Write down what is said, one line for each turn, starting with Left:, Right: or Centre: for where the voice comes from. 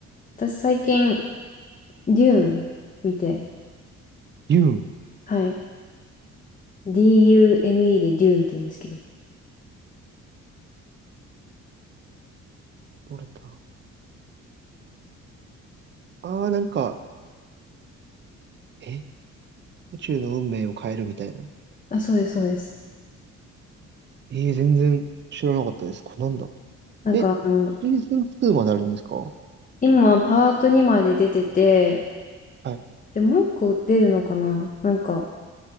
Left: 私最近、デューン見て、
Right: ユン。
Left: はい。DUNE でデューンって言うんですけど。
Right: どれだああー、なんか、え宇宙の運命を変えるみたいな。
Left: あ、そうです、そうです。
Right: ええー、全然知らなかったです。これなんだ。
Left: なんか、
Right: え、シ
Left: あの、
Right: ーズン2まであるんですかは
Left: 今、パート2まで出てて、
Right: い。
Left: で、もう一個出るのかななんか、